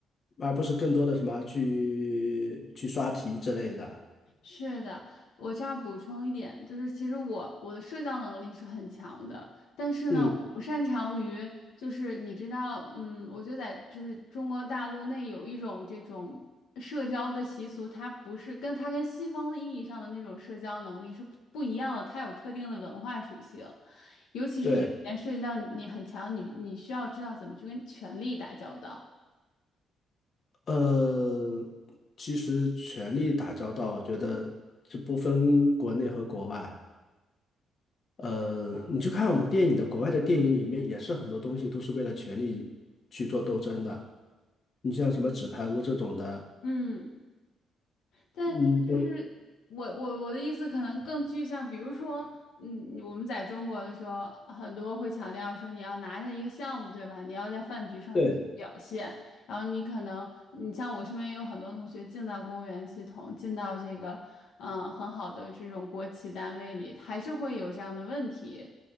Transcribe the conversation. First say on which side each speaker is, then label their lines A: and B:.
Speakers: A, on the left; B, on the left.
A: 而不是更多的什么去去刷题之类的。
B: 是的，我这儿补充一点，就是其实我我的社交能力是很强的，但是呢，
A: 嗯，
B: 我不擅长于，就是你知道，嗯，我觉得在就是中国大陆内有一种这种社交的习俗，它不是跟它跟西方意义上的那种社交能力是不一样的，它有特定的文化属性，尤其是这里面涉及到你很强，
A: 对，
B: 你你需要知道怎么去跟权力打交道。
A: 呃，其实权力打交道，我觉得是不分国内和国外。呃，你去看我们电影的，国外的电影里面也是很多东西都是为了权力去做斗争的。你像什么《纸牌屋》这种的，
B: 嗯。但就是我我我的意思可能更具象，
A: 嗯，我
B: 比如说，嗯，我们在中国的时候，很多会强调说你要拿下一个项目，对吧？你要在饭局上有所表现，
A: 对
B: 然后你可能，你像我身边也有很多同学进到公务员系统，进到这个，嗯、很好的这种国企单位里，还是会有这样的问题。